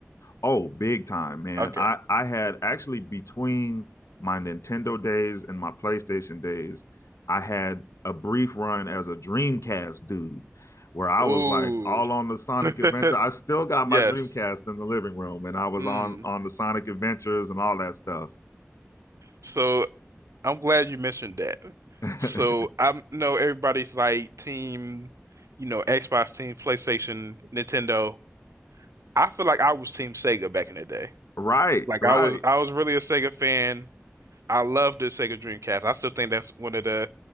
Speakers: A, on the left; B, on the right.
A: Oh, big time, man.
B: Okay.
A: I I had actually between my Nintendo days and my PlayStation days, I had a brief run as a Dreamcast dude where I
B: Ooh.
A: was like all on the Sonic
B: <laughs>
A: Adventure. I still got
B: Yes.
A: my Dreamcast in the living room and I was
B: Mm.
A: on on the Sonic Adventures and all that stuff.
B: So I'm glad you mentioned that.
A: <laughs>
B: So I know everybody's like team, you know, Xbox team, PlayStation, Nintendo. I feel like I was team Sega back in the day.
A: right,
B: Like
A: right.
B: I was I was really a Sega fan. I love the Sega Dreamcast. I still think that's one of the